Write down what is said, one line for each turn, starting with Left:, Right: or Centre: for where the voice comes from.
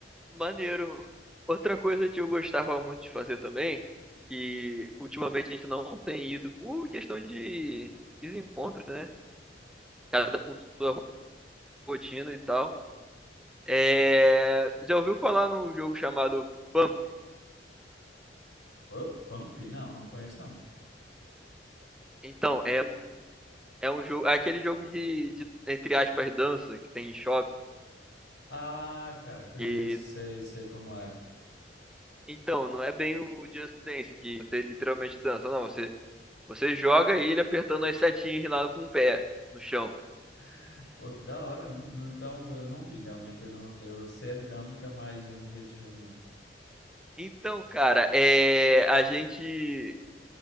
Centre: Maneiro. Outra coisa que eu gostava muito de fazer também, que ultimamente a gente não tem ido por questão de desencontro, né? Cada um com sua rotina e tal. É... Já ouviu falar num jogo chamado Pump?
Left: Ô, Pump? Não, não conheço, não.
Centre: Então, é um, é um jogo, é aquele jogo de, de, entre aspas, dança que tem em shopping.
Left: Ah, cara, conheço,
Centre: E,
Left: sei, sei como é.
Centre: então, não é bem o Just Dance, que você literalmente dança, não. Você, você joga ele apertando as setinhas lá com o pé no chão.
Left: <laughs> Pô, que da hora, não, não, então eu não vi realmente, eu não, eu sei a dinâmica, mas eu não vi esse jogo, não.
Centre: Então, cara, é, a gente